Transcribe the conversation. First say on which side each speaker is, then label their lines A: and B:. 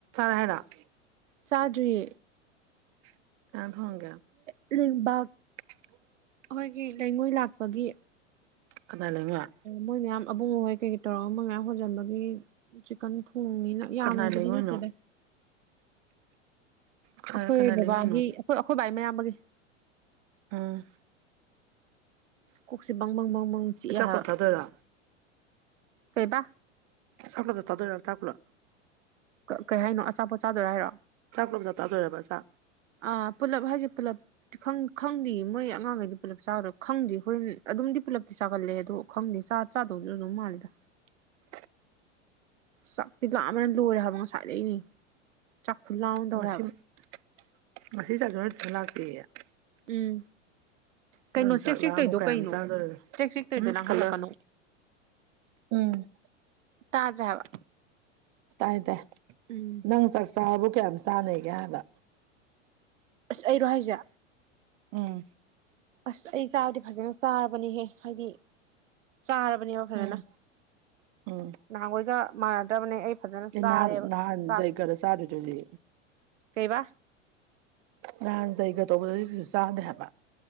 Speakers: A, on the right; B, on the right.
A: <unintelligible>
B: ꯆꯥꯗ꯭ꯔꯤꯌꯦ
A: <unintelligible>
B: <unintelligible>
A: <unintelligible>
B: ꯑꯈꯣꯏꯒꯤ ꯂꯩꯉꯣꯏ ꯂꯥꯛꯄꯒꯤ
A: ꯀꯅꯥꯏ ꯂꯩꯉꯣꯏ
B: ꯃꯣꯏ ꯃꯌꯥꯝ ꯑꯕꯨꯡꯑꯣ ꯍꯣꯏ ꯀꯩꯀꯩ ꯇꯧꯔꯒ ꯃꯣꯏ ꯃꯌꯥꯝ ꯍꯣꯟꯖꯟꯕꯒꯤ ꯆꯤꯛꯀꯟ ꯊꯣꯡꯅꯤꯟ ꯌꯥꯝꯕꯨꯗꯤ
A: ꯀꯅꯥꯏ ꯂꯩꯉꯣꯏꯅꯣ
B: ꯅꯠꯇꯦꯗ
A: ꯀꯅꯥꯏ
B: ꯑꯈꯣꯏ
A: ꯀꯅꯥꯏ
B: ꯕꯕꯥꯒꯤ
A: ꯂꯩꯉꯣꯏꯅꯣ
B: ꯑꯈꯣꯏ ꯑꯈꯣꯏ ꯕꯥꯏ ꯃꯌꯥꯝꯕꯒꯤ
A: ꯎꯝ
B: ꯀꯣꯛꯁꯤ ꯕꯡ ꯕꯡ ꯕꯡ ꯆꯤꯛ
A: ꯆꯥꯛ
B: ꯑꯦ ꯍꯥꯏꯕꯥ
A: ꯄꯨꯂꯞ ꯆꯥꯗꯣꯏꯔꯣ
B: ꯀꯩꯕꯥ
A: <unintelligible>
B: ꯀꯩ ꯍꯥꯏꯅꯣ ꯑꯆꯥꯄꯣꯠ ꯆꯥꯗꯣꯏꯔꯥ ꯍꯥꯏꯔꯣ
A: ꯆꯥꯛ ꯄꯨꯜꯂꯞ ꯆꯥꯛ ꯆꯥꯖꯣꯏꯔꯕ ꯆꯥꯛ
B: ꯑꯥ ꯄꯨꯂꯞ ꯍꯥꯏꯁꯦ ꯄꯨꯂꯞ ꯈꯪꯗꯦ ꯃꯣꯏ ꯑꯉꯥꯡꯈꯩꯗꯤ ꯄꯨꯂꯞ ꯆꯒꯗꯔꯥ ꯈꯪꯗꯦ ꯍꯣꯔꯦꯟ ꯑꯗꯨꯝꯗꯤ ꯄꯨꯂꯞꯤ ꯆꯒꯟꯂꯦ ꯑꯗꯣ ꯈꯪꯗꯦ ꯆꯥ ꯆꯥꯗꯧꯁꯨ ꯑꯗꯨꯝ ꯃꯥꯜꯂꯦꯗ
A: <inaudible>
B: ꯆꯥꯛꯇꯤ ꯂꯥꯝꯕꯅꯥ ꯂꯣꯏꯔꯦ ꯍꯥꯏꯕ ꯉꯁꯥꯏ ꯂꯩꯩꯅꯤ ꯆꯥꯛꯈꯨꯂꯥꯝ ꯑꯃ ꯇꯧꯔꯦ
A: ꯉꯁꯤ
B: ꯍꯥꯏꯕꯥ
A: <unintelligible>
B: ꯎꯝ ꯀꯩꯅꯣ
A: ꯅꯪ
B: ꯆ꯭ꯔꯦꯛ
A: ꯆꯥꯛ
B: ꯆ꯭ꯔꯦꯛ
A: ꯂꯥꯝꯃꯨ
B: ꯇꯧꯏꯗꯣ
A: ꯀꯌꯥꯝ
B: ꯀꯩꯅꯣ
A: ꯆꯥꯗꯣꯔꯤꯒꯦ
B: ꯆ꯭ꯔꯦꯛ ꯆ꯭ꯔꯦꯛ ꯇꯩꯔꯤꯗꯣ
A: ꯎꯝ
B: ꯂꯥꯡꯍꯜꯂꯛꯀꯅꯣ
A: ꯀꯂꯔ ꯎꯝ
B: ꯇꯥꯗ꯭ꯔꯦ ꯍꯥꯏꯕ
A: ꯇꯥꯏ ꯇꯥꯏ
B: ꯎꯝ
A: ꯅꯪ ꯆꯥꯛꯆꯥꯕꯨ ꯀꯌꯥꯝ ꯆꯥꯅꯦꯒꯦ ꯍꯥꯏꯕ
B: ꯑꯁ ꯑꯩꯔꯣ ꯍꯥꯏꯁꯦ
A: ꯎꯝ
B: ꯑꯁ ꯑꯩ ꯆꯥꯕꯗꯤ ꯐꯖꯅ ꯆꯥꯔꯕꯅꯤꯍꯦ ꯍꯥꯏꯗꯤ ꯆꯥꯔꯕꯅꯦꯕ ꯐꯖꯅ
A: ꯎꯝ ꯎꯝ
B: ꯅꯍꯥꯟꯈꯣꯏꯒ ꯃꯥꯟꯅꯗꯕꯅꯦ ꯑꯩ ꯐꯖꯅ
A: ꯑꯦ
B: ꯆꯥꯔꯦꯕ
A: ꯅꯍꯥꯟ ꯅꯍꯥꯟ
B: ꯆꯥꯛ
A: ꯖꯩꯒꯗ ꯆꯥꯗ꯭ꯔꯤꯗꯨꯗꯤ
B: ꯀꯩꯕꯥ
A: ꯅꯍꯥꯟ ꯖꯩꯒ꯭ꯌꯥ ꯇꯧꯕꯗꯗꯤ ꯀꯩꯁꯨ ꯆꯥꯗꯦ ꯍꯥꯏꯕ